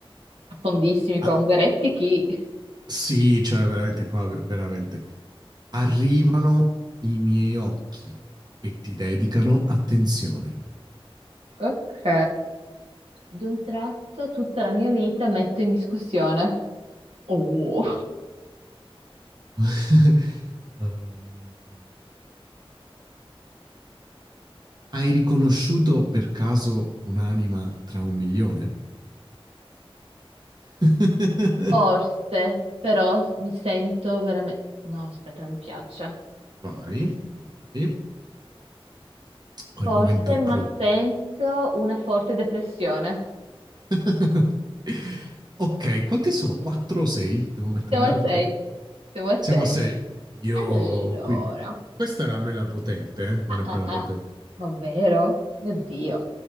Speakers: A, on the right; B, on the right.
A: Fondissimi qua,
B: Ah,
A: Ungaretti chi?
B: sì, cioè veramente qua, veramente. Arrivano i miei occhi e ti dedicano attenzione.
A: Ok. D'un tratto tutta la mia vita metto in discussione. Oh.
B: <laughs> Ehm, Hai riconosciuto per caso un'anima tra un milione? <laughs>
A: Forse, però mi sento veramente... No, aspetta, non mi piace.
B: Vai, vai. Quel
A: Forse,
B: momento è
A: ma
B: clou.
A: sento una forte depressione.
B: <laughs> Ok, quante sono? Quattro o sei? Devo mettere
A: Siamo
B: altre?
A: a sei. Siamo a
B: Siamo
A: sei.
B: a sei. Io,
A: Allora.
B: quindi... Questa era mela potente, eh?
A: Ah,
B: Era bella
A: ah, ah.
B: potente.
A: Ma vero? Mio Dio.